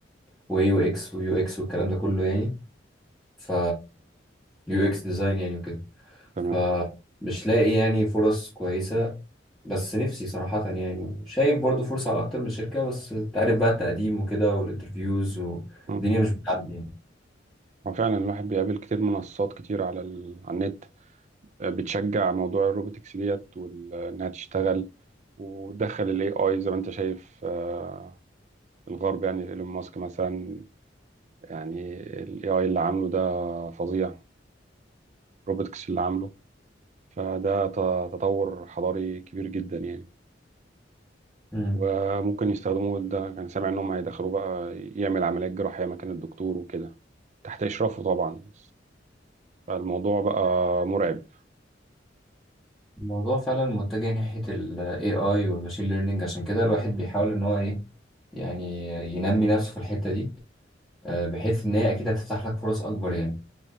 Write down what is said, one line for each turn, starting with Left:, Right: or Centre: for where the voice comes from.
Centre: واي يو اكس ويو اكس والكلام ده كله يعني ف يو اكس ديزاين يعني وكده
Right: تمام
Centre: فمش لاقي يعني فرص كويسة بس نفسي صراحة يعني شايف برضو فرصة على أكتر من شركة بس أنت عارف بقى التقديم وكده والانترفيوز والدنيا
Right: مم.
Centre: مش بتعدي يعني
Right: هو فعلا الواحد بيقابل كتير منصات كتير على ال... على النت آه، بتشجع موضوع الروبوتكس ديت وال... انها تشتغل ودخل الاي اي زي ما انت شايف آه، الغرب يعني ايلون ماسك مثلا يعني الاي اي اللي عامله ده فظيع الروبوتكس اللي عامله فده ت- تطور حضاري كبير جدا يعني
Centre: مم.
Right: وممكن يستخدموه ده كان سامع ان هم هيدخلوه بقى يعمل عمليات جراحية مكان الدكتور وكده تحت اشرافه طبعا فالموضوع بقى مرعب
Centre: الموضوع فعلا متجه ناحية ال AI وال Machine Learning عشان كده الواحد بيحاول إن هو إيه يعني ينمي نفسه في الحتة دي آه، بحيث إن هي أكيد هتفتح لك فرص أكبر يعني